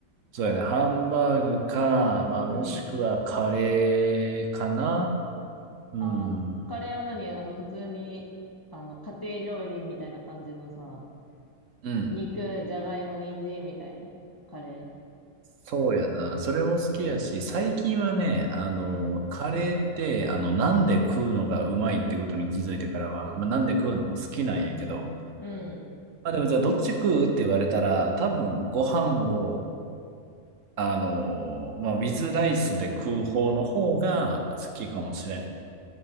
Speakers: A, on the right; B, on the left.
A: そうやね、ハンバーグか、まあもしくはカレーかな。
B: うん。
A: うん。
B: あ、カレーは何あの、普通に、あの、家庭料理みたいな感じのさ、
A: うん。
B: 肉、じゃがいも、人参みたいなカレ
A: そうやな。それも好きやし、最近はね、あの、
B: ー。うん。
A: カレーって、あの、なんで食うのがうまいってことに気づいてからは、まあ、なんで食うのも好きなんやけど、
B: うん。
A: まあでもじゃあどっち食うって言われたら、多分ご飯を、あの、まあ、ウィズライスで食う方の方が好きかもしれん。